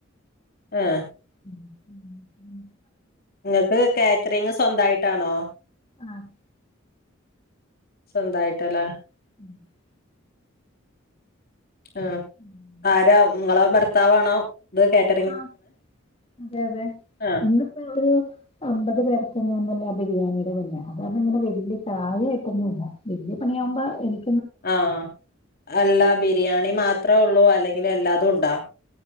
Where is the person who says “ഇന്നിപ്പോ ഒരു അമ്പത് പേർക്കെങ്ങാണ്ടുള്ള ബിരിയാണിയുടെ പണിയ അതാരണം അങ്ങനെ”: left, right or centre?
Left